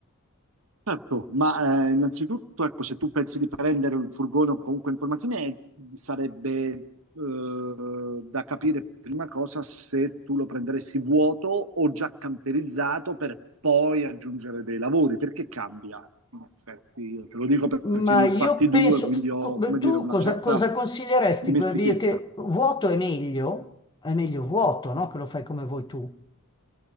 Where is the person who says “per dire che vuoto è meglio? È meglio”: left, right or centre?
Left